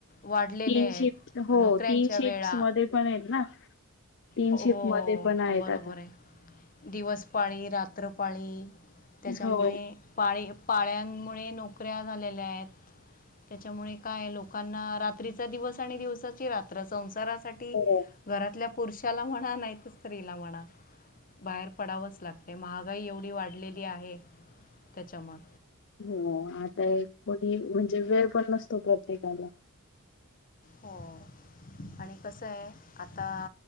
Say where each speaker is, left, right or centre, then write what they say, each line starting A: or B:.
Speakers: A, on the left (about 40°); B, on the left (about 55°).
A: वाढलेले
B: तीन
A: आहेत
B: शिफ्ट हो
A: नोकऱ्यांच्या
B: तीन शिफ्ट्स
A: वेळा
B: मध्ये पण आहेत ना. तीन
A: हो
B: शिफ्ट मध्ये पण आहेत
A: बरोबर
B: आता
A: आहे. दिवस पाळी, रात्रपाळी, त्याच्यामुळे
B: हो.
A: पाळी पाळ्यांमुळे नोकऱ्या झालेल्या आहेत. त्याच्यामुळे काय लोकांना रात्रीचा, दिवस आणि दिवसाची रात्र संसारा घरातल्या
B: हो
A: पुरुषाला म्हणा नाहीत स्त्रीला म्हणा बाहेर पडावंच लागते महागाई एवढी वाढलेली आहे त्याच्यामुळं.
B: हो आता कोणी म्हणजे वेळ पण नसतो प्रत्येकाला.
A: हो आणि कसं आहे. आता